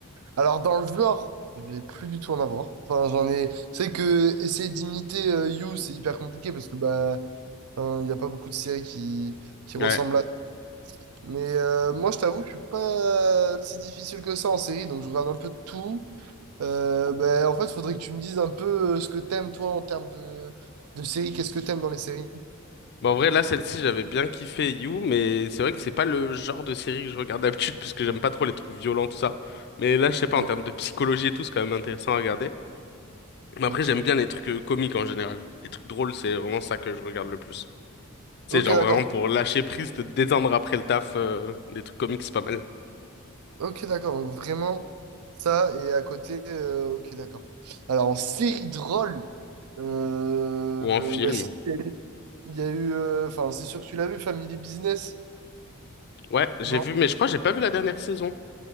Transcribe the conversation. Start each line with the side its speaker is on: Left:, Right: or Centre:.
Right: Alors dans le genre, je vais plus du tout en avoir. Enfin, j'en ai. C'est que essayer d'imiter euh, You, c'est hyper compliqué parce que bah enfin, il n'y a pas beaucoup de séries qui, qui
Left: Ouais.
Right: ressemblent à Mais euh, moi, je t'avoue, je suis pas si difficile que ça en série, donc je regarde un peu de tout. Euh, ben, en fait, il faudrait que tu me dises un peu euh, ce que t'aimes, toi, en termes de, de séries. Qu'est-ce que t'aimes dans les séries?
Left: Bon, en vrai, là, celle-ci, j'avais bien kiffé You, mais c'est vrai que c'est pas le genre de série que je regarde d'habitude, parce que j'aime pas trop les trucs violents, tout ça. Mais là, je sais pas,
Right: Ouais.
Left: en termes de psychologie et tout, c'est quand même intéressant à regarder. Mais
Right: Ok.
Left: après, j'aime bien les trucs euh, comiques en général. Les trucs drôles, c'est vraiment ça que je regarde le plus. Tu
Right: Ok,
Left: sais, genre
Right: d'accord.
Left: vraiment pour lâcher prise, te détendre après le taf, euh, des trucs comiques, c'est pas mal.
Right: Ok, d'accord. Donc, vraiment, ça, et à côté, euh, ok, d'accord. Alors, en série drôle, euh,
Left: Ou en film.
Right: bah, si, il y a eu... euh, Enfin, c'est sûr que tu l'as vu, Family Business,
Left: Ouais, j'ai
Right: non?
Left: vu, mais je crois que j'ai pas vu la dernière saison.